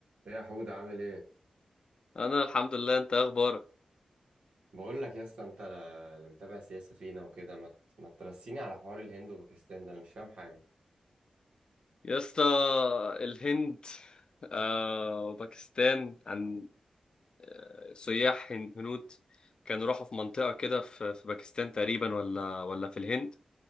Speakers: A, on the right; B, on the left.
A: إيه يا حودة عامل ايه؟
B: انا الحمد لله انت ايه اخبارك
A: بقول لك يا اسطى انت ل- اللي متابع سياسة فينا وكده ما ت- ما ترسيني على حوار الهند وباكستان ده انا مش فاهم حاجة
B: يا اسطى الهند آه وباكستان عن آه سياح هن- هنود كانوا راحوا في منطقة كده في, في باكستان تقريبا ولا ولا في الهند